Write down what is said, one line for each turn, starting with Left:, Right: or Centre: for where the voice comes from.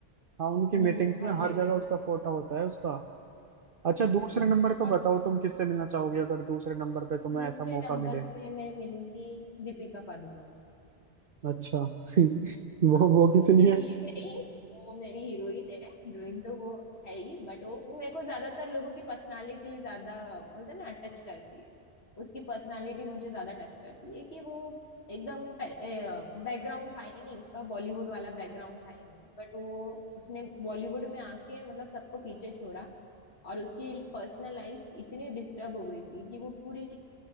Right: हाँ उनकी
Left: हम्म
Right: मीटिंग्स में
Left: हर
Right: हर
Left: जगह
Right: जगह उसका फोटो होता है उसका अच्छा
Left: हम्म
Right: दूसरे नंबर पे
Left: और
Right: बताओ तुम किससे मिलना चाहोगे अगर दूसरे नंबर पे तुम्हें
Left: दूसरे
Right: ऐसा मौका
Left: नंबर
Right: मिले
Left: पे मैं मिलूंगी दीपिका पादुकोण
Right: अच्छा <laughs> वो
Left: हाँ
Right: वो किस लिए
Left: इसलिए <laughs> नहीं वो मेरी हीरोइन है हीरोइन तो वो है ही बट वो मेरे को ज्यादातर लोगों की पर्सनालिटी ज्यादा बोलते हैं ना टच करती है उसकी पर्सनालिटी मुझे ज्यादा टच करती है कि वो एकदम बैकग्राउंड था ही नहीं उसका बॉलीवुड वाला बैकग्राउंड था ही नहीं बट वो उसने बॉलीवुड में आके मतलब सबको पीछे छोड़ा और उसकी पर्सनल लाइफ इतनी डिस्टर्ब हो गई थी कि वो पूरी